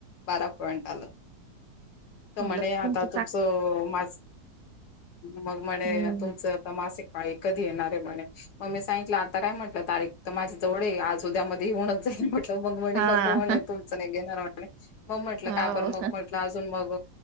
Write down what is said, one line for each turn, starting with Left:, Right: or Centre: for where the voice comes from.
Left: बारा पॉइंट आलं तर
Right: तुमलाुमच
Left: म्हणे आता तुमचं मा् मग म्हणे
Right: हम्म.
Left: तुमचं आता मासिक पाळी कधी येणार अरे म्हणे मग मी सांगितलं आता काय म्हटलं तारीख तर माझ्या जवळ आहे आज उद्यामध्ये येऊनच जाईल मग म्हणे
Right: हां,
Left: नको म्हणे तुमचं नाही घेणार म्हणे मग म्हटलं
Right: हो.
Left: का बर मग म्हंटलं अजून मग